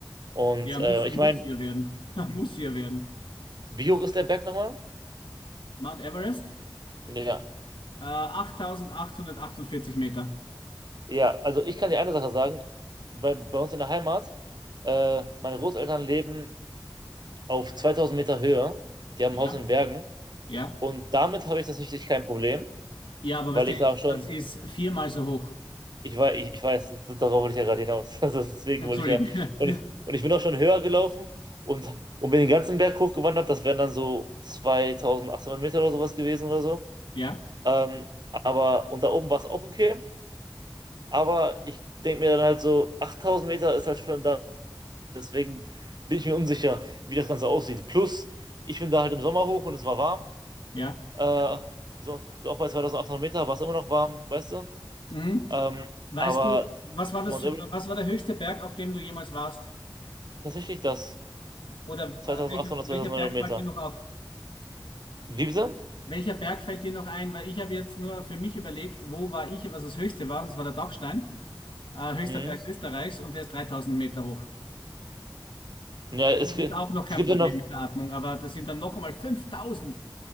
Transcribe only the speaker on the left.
Ja, muss,
muss
ihr werden. <laughs> Muss ihr werden.
Mount Everest,
äh, 8848 Meter.
Ja,
ja.
Ja, aber
weißt
du,
das ist viermal so hoch.
Entschuldige.
<laughs>
Ja,
ja.
Mhm.
Weißt
du, was war das,
was war der höchste Berg, auf dem du jemals warst?
Oder
äh, welcher, welcher
Berg
fällt dir noch auf?
Welcher Berg fällt dir noch ein? Weil ich habe jetzt nur für mich überlegt, wo war ich, was das höchste war, und das war der Dachstein, äh, höchster
Berg Österreichs, und der ist 3000 Meter hoch.
Ist
auch noch kein
Problem
mit der Atmung, aber das sind dann noch einmal 5000.